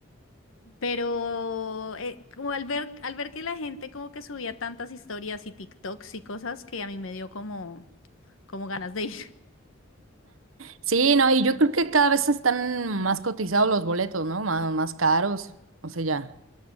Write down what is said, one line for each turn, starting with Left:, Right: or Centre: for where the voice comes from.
Left: Pero eh, como al ver, al ver que la gente como que subía tantas historias y TikToks y cosas que a mí me dio como, como ganas de ir. <laughs>
Right: Sí, no, y yo creo que cada vez están más cotizados los boletos, ¿no? Más, más caros, o sea, ya.